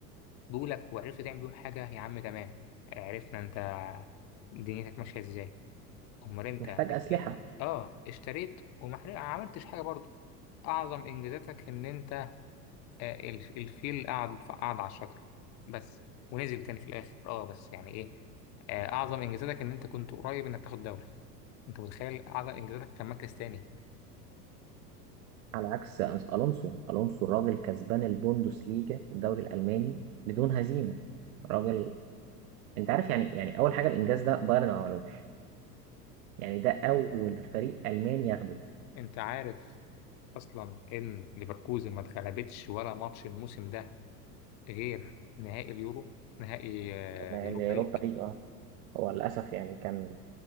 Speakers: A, on the left; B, on the right.
A: جوا لك وعرفت تعمل بيه حاجه يا عم تمام عرفنا انت دنيتك ماشيه ازاي امال انت
B: محتاج
A: اشت-
B: اسلحه
A: اه اشتريت وما حر- عملتش حاجه برضه اعظم انجازاتك ان انت آه، الف- الفيل قعد قعد على الشجر بس ونزل تاني في الاخر اه بس يعني ايه آه، اعظم انجازاتك ان انت كنت قريب انك تاخد دوري انت متخيل اعظم انجازاتك كان مركز تاني
B: على عكس أنس- الونسو الونسو الراجل كسبان البوندوس ليجا الدوري الالماني بدون هزيمه راجل انت عارف يعني يعني اول حاجه الانجاز ده بايرن ما عملوش يعني ده اول فريق الماني ياخده
A: انت عارف اصلا ان ليفركوزن ما اتغلبتش ولا ماتش الموسم ده غير نهائي اليورو نهائي آه،
B: اليوروبا
A: اليوروبا ليج
B: ليج اه هو للاسف يعني كان